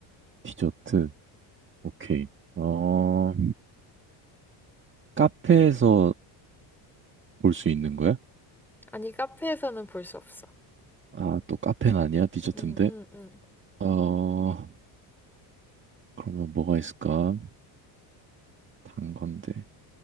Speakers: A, on the right (about 25°); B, in the centre.
A: 디저트. 오케이. 어, 카페에서 볼 수 있는 거야?
B: 아니 카페에서는 볼 수 없어.
A: 아, 또 카페는 아니야? 디저트인데?
B: 음, 음, 음.
A: 어, 그러면 뭐가 있을까? 단 건데.